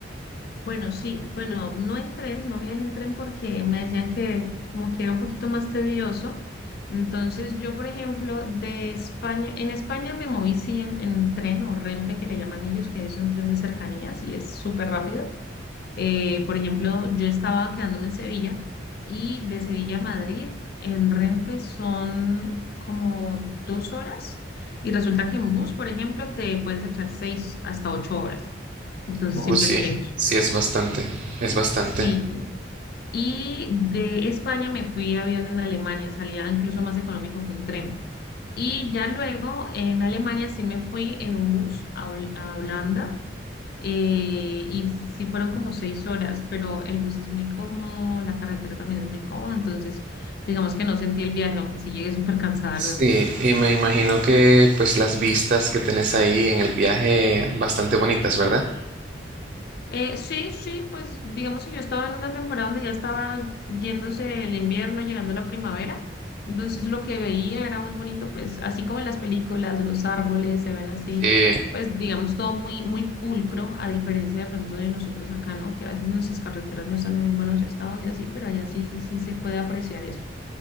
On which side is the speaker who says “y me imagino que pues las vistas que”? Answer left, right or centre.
Right